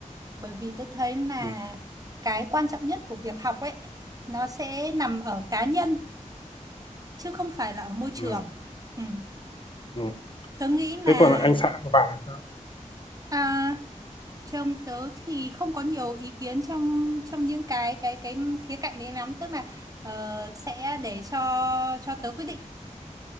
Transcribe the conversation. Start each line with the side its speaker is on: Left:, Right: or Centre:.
Right: bởi vì tớ thấy là
Left: ừ,
Right: cái quan trọng nhất của việc học ấy nó sẽ nằm ở cá nhân chứ không phải là ở môi trường
Left: ừ,
Right: ừ.
Left: ừ.
Right: tớ nghĩ là
Left: thế còn anh xã của bạn thì sao
Right: à, Trong tớ thì không có nhiều ý kiến trong trong những cái cái cái khía cạnh đấy lắm tức là ờ, sẽ để cho cho tớ quyết định